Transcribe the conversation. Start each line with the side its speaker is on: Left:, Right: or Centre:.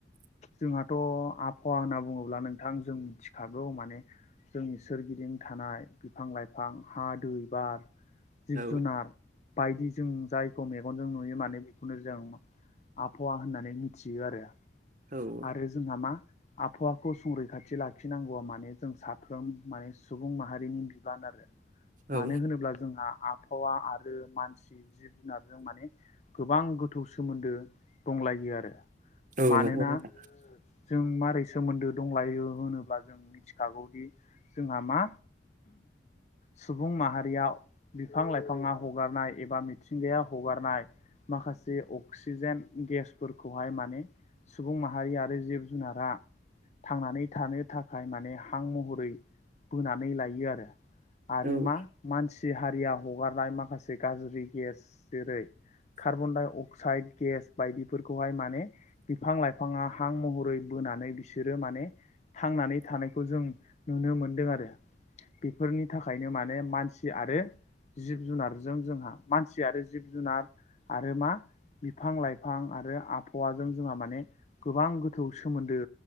Left: जोंहाथ' आबहावा होनना बुङोब्ला नोंथां जों मिथिखागौ माने जोंनि सोरगिदिं थानाय बिफां लाइफां हा दै बार जिब
Right: औ
Left: जुनार बायदि जों जायखौ मेगनजों नुयो माने बेखौनो जों आबहावा होननानै मिथियो आरो।
Right: औ
Left: आरो जोंहा मा आबहावाखौ संरैखाथि लाखिनांगौआ माने जों साफ्रोम माने सुबुं माहारिनि बिबान आरो।
Right: औ
Left: मानो होनोब्ला जोंहा आबहावा आरो मानसि जिब जुनार जों माने गोबां गोथौ सोमोन्दो दंलायो आरो।
Right: औ
Left: मानोना
Right: नंगौ नोथां।
Left: जों मारै सोमोन्दो दंलायो होनोब्ला जों मिथिखागौदि जोंहा मा सुबुं माहारियाव बिफां लाइफाङा हगारनाय। एबा मिथिंगाया हगारनाय। माखासे अक्सिजेन गेसफोरखौहाय। माने सुबुं माह माहारि आरो जिब जुनारा। थांनानै थानो थाखाय माने हां महरै बोनानै लायो आरो। आरो
Right: औ
Left: मा मानसि हारिया हगारनाय। माखासे गाज्रि गेस जेरै कार्बन डाइ अक्साइद गेस बायदिफोरखौहाय माने बिफां- लाइफां ङा हां महरै बोनानै बिसोरो माने। थांनानै थानायखौ जों नुनो मोनदों आरो। बेफोरनि थाखायनो माने मानसि आरो जिब जुनारजों जोंहा मानसि आरो जिब जुनार। आरो मा बिफां-लाइफां आरो आबहावाजों जोंहा माने। गोबां गोथौ सोमोन्दो